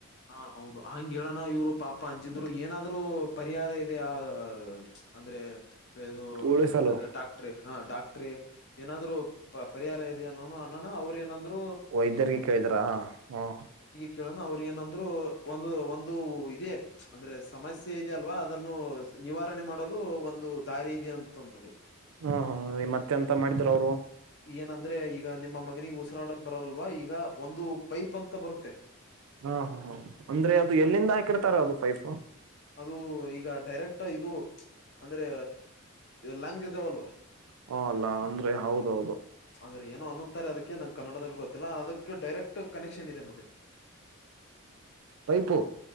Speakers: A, on the left; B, on the right.
A: ಹಾ ಹೌದು ಹಂಗಗೆ ಹೇಳೋಣ ಇವ್ರು ಪಾಪ ಅಂಜಿದ್ರು ಏನಾದ್ರರು ಪರಿಹಾರ ಇದೆ ಆ ಅಂದ್ರೆ ಇದು
B: ಉಳಿಸಲು
A: ಡಾಕ್ಟ್ರಿ ಹಾ ಡಾಕ್ಟ್ರಿ ಏನಾದ್ರು ಪರಿಹಾರ ಇದೆ ಅನ ಅನ್ನೋಣ ಅವ್ರ ಏನಾದ್ರು
B: ವೈದ್ಯರ್ರಿಗೆ ಕೇಳಿದ್ರಾ ಹಾ
A: ಕೇಳೋಣ ಅವ್ರ ಏನಂದ್ರು ಒಂದು ಒಂದು ಇದದೆ ಅಂದ್ರೆ ಸಮಸ್ಯೆ ಇದೆಯಲ್ವಾ ಅದನ್ನು ನಿವಾರಣೆ ಮಾಡ ಒಂದು ದಾರಿ ಇ ಅಂತಂದ್ರು
B: ಹ್ಮ್ ಹ್ಮ ಮತ್ತೆ ಎಂತ ಮಾಡಿದ್ರ ಅವ್ರು.
A: ಏನಂದ್ರೆ ಈಗ ನಿಮ್ಮ ಮಗನಿಗೆ ಉಸಿರಾಡಕ್ ಬರಲ್ಲಲ್ವಾ ಈಗ ಒಂದು ಪೈಪ್ ಅಂತ ಬರುತ್ತೆ.
B: ಹಾ ಹಾ ಹ ಅಂದ್ರೆ ಅದು ಎಲ್ಲಿಂದ ಹಾಕಿರ್ತಾರ ಅದು ಫೈಫ
A: ಅದು ಈಗ ಡೈರೆಕ್ಟ್ ಇದು ಅಂದ್ರೆ ಲಂಗ್ ಇದಾವಲ್ವಾ
B: ಹ ಅಲ್ಲ ಅಂದ್ರೆ ಹೌದೌದು
A: ಅ್ರೆ ಏನೋ ಅನ್ನುತಾರೆ ಅದಕ್ಕೆ ನಂಗೆ ಕನ್ನಡದಲ್ಲಿ ಗೊತ್ತಿಲ್ಲ ಅದಕ್ಕೆ ಡೈರೆಕ್ಟ್ ಕನೆಕ್ಷನ್ ಇದೆ ನೋಡಿ
B: ಪೈಪು